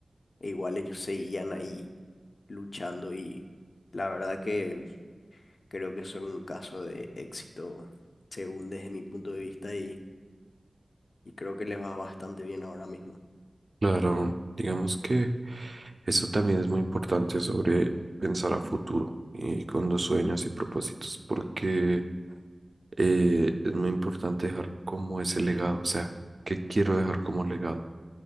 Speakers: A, on the left; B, on the right.
A: e igual ellos seguían ahí luchando y la verdad que creo que son un caso de éxito según desde mi punto de vista y, y creo que les va bastante bien ahora mismo.
B: Claro, digamos que eso también es muy importante sobre pensar a futuro y con los sueños y propósitos, porque eh, es muy importante dejar como ese legado, o sea, qué quiero dejar como legado, o